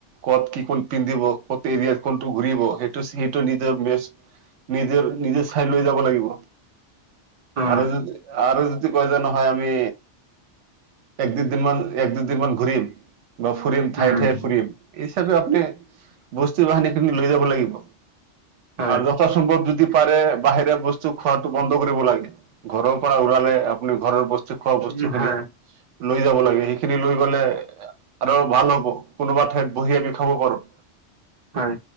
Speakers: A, on the right (about 80°); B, on the right (about 40°).
A: কত কি কোন পিন্ধিব ক'ত এৰিয়াত কোনটো ঘূৰিব সেইটো সেইটো নিজৰ বেচ নিজৰ, নিজে চাই লৈ যাব লাগিব।
B: অ',
A: আৰু, আৰু কয় যে নহয় আমি এক, দুদিন মমান এক, দুদিন মমান ঘূৰিম। বা ফুৰিম ঠায়ে,
B: উম,
A: ঠায়ে ফুৰিম এইচাপে আপুনি বস্তু বাহিনীখিনি লৈ যাব লাগিব।
B: হয়,
A: আৰু যথাসাস্ভৱ যদি যদি পাৰে বাহিৰে বস্তু খোৱাটো বন্ধ কৰিব লাগে। ঘৰৰ পৰা ওলালে আপুনি ঘৰৰ বস্তু খোৱা বস্তু
B: উম,
A: খিনি
B: হয়,
A: লৈ যাব লাগে। সেইখিনি লৈ গলে আৰু ভাল হ'ব কোনোবা ঠাইত বহি আমি খাব পাৰো।
B: হয়।